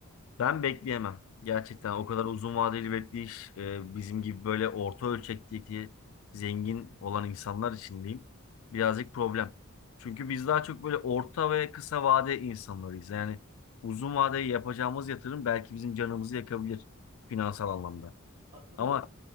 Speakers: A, on the left; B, on the right.
A: Ben bekleyemem. Gerçekten
B: Hı hı.
A: o kadar uzun vadeli bekleyiş e, bizim gibi böyle orta ölçekteki zengin olan insanlar için diyeyim birazcık problem. Çünkü biz daha çok böyle orta ve kısa vade insanlarıyız. Yani uzun vadeli yapacağımız yatırım belki bizim canımızı yakabilir finansal anlamda.
B: Katılıyorum.
A: Ama